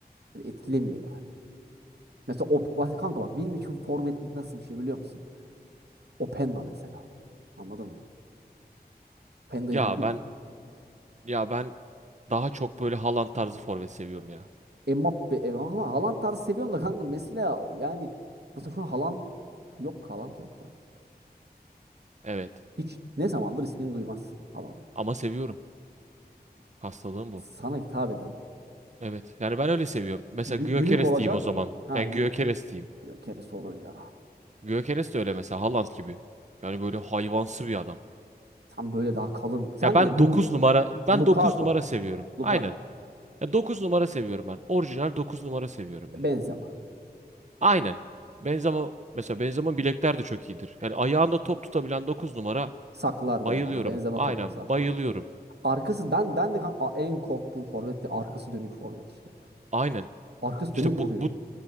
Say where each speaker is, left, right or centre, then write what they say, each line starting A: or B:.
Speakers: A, on the right; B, on the right.
A: Böyle etkilemiyor yani. Mesela o, bak kanka bak benim için forvet nasıl bir şey biliyor musun? Openda mesela. Anladın mı? Openda'yı
B: ya
A: bildin
B: ben
A: mi?
B: Ya ben daha çok böyle Haaland tarzı forvet seviyorum ya.
A: Mbappe, e, Haaland, Haaland tarzı seviyorum da kanka mesela yani mesela şu an Haaland yok Haaland yok yani.
B: Evet.
A: Hiç ne zamandır ismini duymazsın Haaland.
B: Ama seviyorum. Hastalığım bu.
A: Sana hitap eden.
B: Evet. Yani ben öyle seviyorum. Mesela
A: Bü-
B: Gyökeres
A: büyük olacak.
B: diyeyim o zaman.
A: Ha
B: Yani
A: gö-
B: Gyökeres
A: gö-
B: diyeyim.
A: gö- keresi olur ya.
B: Gyökeres de öyle mesela Haaland gibi. Yani böyle hayvansı bir adam.
A: Tam böyle daha kalın. Sen
B: Ya ben
A: de Lu-
B: 9
A: Lu-
B: numara ben
A: Lukaku.
B: 9 numara seviyorum.
A: Lukaku.
B: Aynen. Ya 9 numara seviyorum ben. Orijinal 9 numara seviyorum yani.
A: Benzema.
B: Aynen. Benzema mesela Benzema'nın bilekler de çok iyidir. Yani ayağında top tutabilen 9 numara
A: Saklar
B: bayılıyorum.
A: da yani. Benzema
B: Aynen
A: topla saklar.
B: bayılıyorum.
A: Arkası ben ben de kan- a- en korktuğum forvet de arkası dönük forvet işte.
B: Aynen.
A: Arkası
B: İşte
A: dönük vuruyor.
B: bu, bu